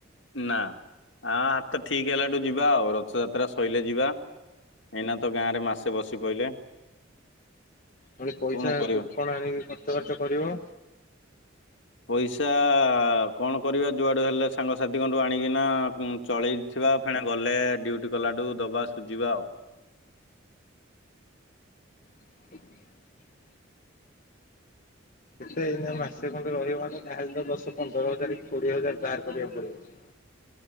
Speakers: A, on the left (about 70°); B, on the left (about 45°).
A: ନା ଆ ହାତ ଠିକ ହେଲାଠୁ ଯିବା ଆଉ, ରଥଯାତ୍ରା ସଇିଲେ ଯିବା। ଏଇନା ତ ଗାଁ ରେ ମାସେ ବସି ପଇଲେ।
B: ପୁଣି ପଇସା
A: କଣ କରିବା
B: କୋଉଠି କଣ ଆଣିକି ଖର୍ଚ୍ଚ ବାର୍ଚ୍ଚ କରିବ।
A: ପଇସା କଣ କରିବା? ଯୁଆଡେ ହେଲେ ସାଙ୍ଗସାଥିଙ୍କଠୁ ଆଣିକିନା ଚଳେଇଥିବା ଫେଣା ଗଲେ ଡ୍ୟୁଟି କଲାଠୁ ଦବା ସୁଝିବା ଆଉ।
B: <inaudible> କେତେ ଏଇନେ ମାସେ ଖଣ୍ଡେ ରହିବ ମନେ ଯହା ହେଲେ ଦଶ ପନ୍ଦର ହଜାର କି କୋଡିଏ ହଜାର ଧାର କରିବାକୁ ପଡିବ।